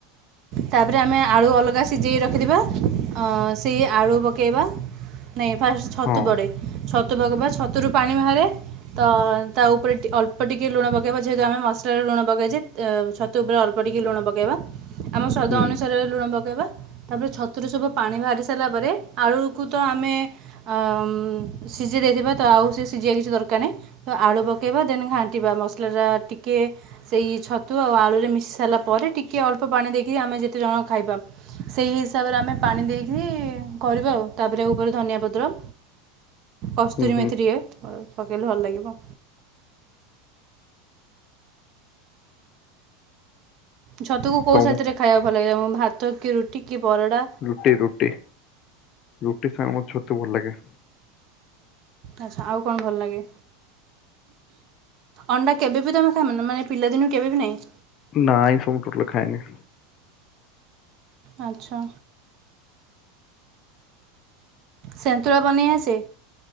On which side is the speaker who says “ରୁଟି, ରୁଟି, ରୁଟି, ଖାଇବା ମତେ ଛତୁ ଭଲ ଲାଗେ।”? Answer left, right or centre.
Left